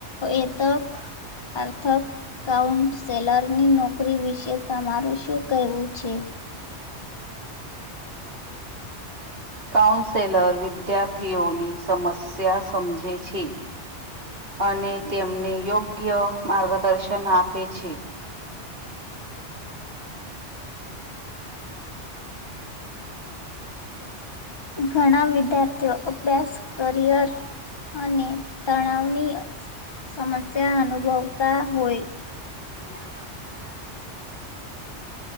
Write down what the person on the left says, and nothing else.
એતક અર્થક કાઉન્ટસેલરની નોકરી વિશે તમારું શું કહેવું છે.
ઘણા વિદ્યાર્થીઓ અભ્યાસ કરિયર અને તણાવની સમસ્યા અનુભવતા હોય